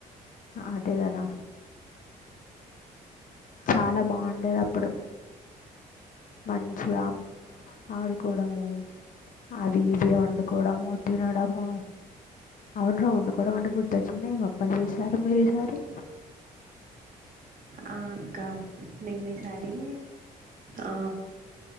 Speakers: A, on the left; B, on the right.
A: అదే కదా చాలా బాగుండేది అప్పుడు మంచిగా ఆడుకోవడము, అవి ఇవి వండుకోవడము, తినడము అవున్రా వండుకోవడం అంటే గుర్తొచ్చింది ఏం అప్పలు చేశారు మీరు ఈసారి
B: ఆ అక్క మేం ఈసారి ఆ